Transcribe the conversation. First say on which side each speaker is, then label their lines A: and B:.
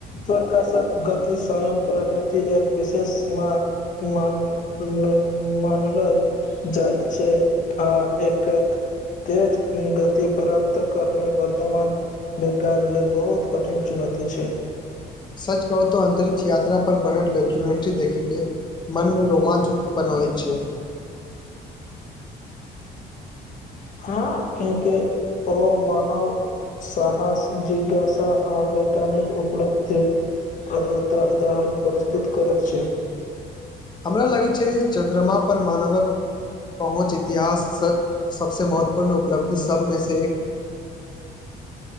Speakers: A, on the left; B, on the left.
A: प्रकाशक गति शांत प्राकृति एक विशेष सीमा मान नैय मानलय जाइत छै आ एकत तेज ऊं गति प्राप्त करने वर्तमान विज्ञान लेल बहुत कठिन चुनौती छै
B: सच कहु त अंतरिक्ष यात्रा पर बनल डॉक्यूमेंट्री देखि के मनमे रोमांच उत्पन्न होय छैय
A: हाँ कियाकि ओ मानव साहस जिज्ञासा आ वैज्ञानिक उपलब्धि अद्रता उदाहरण प्रस्तुत करैत छै
B: हमरा लगैत छै जे चन्द्रमा पर मानवक पहुँच इतिहास सबसे महत्वपूर्ण उपलब्धि सबमे से एक